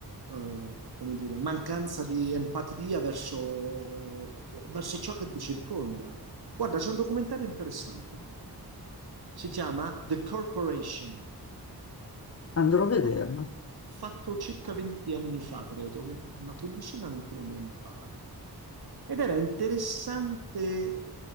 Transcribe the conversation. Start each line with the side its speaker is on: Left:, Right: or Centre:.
Right: eh, come dire, mancanza di empatia verso verso ciò che ti circonda. Guarda, c'è un documentario interessante Si chiama The Corporation.
Left: andrò a vederlo.
Right: Fa- Fatto circa 20 anni fa, credo, un- una quindicina, ventina di anni fa. eh. Ed era interessante